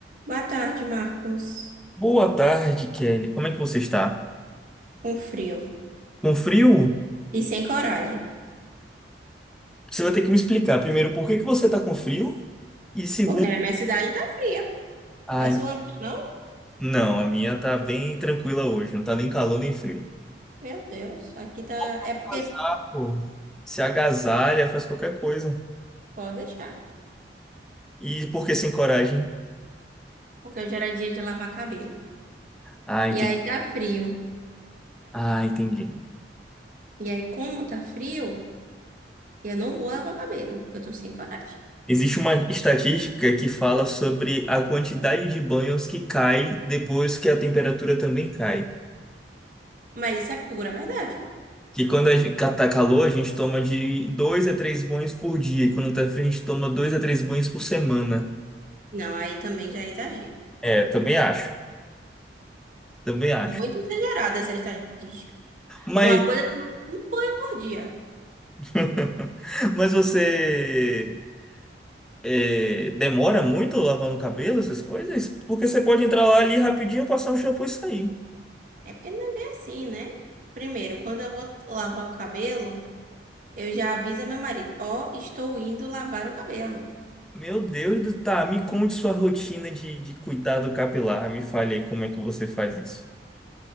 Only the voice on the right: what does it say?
Boa tarde, Marcos.
Com frio
e sem coragem.
Porque na minha cidade tá fria.
A sua não?
Meu Deus, aqui tá.
É
porque
pode deixar.
Porque hoje era dia de lavar cabelo.
E
aí tá frio.
E aí, como tá frio, eu não vou lavar o cabelo, porque eu tô sem coragem.
Mas isso é pura verdade.
Não, aí também já é exagero.
Muito exagerada essa estatística.
Uma coisa é tomar um banho por dia.
É porque não é bem assim, né? Primeiro, quando eu vou lavar o cabelo. Eu já aviso a meu marido, ó, estou indo lavar o cabelo.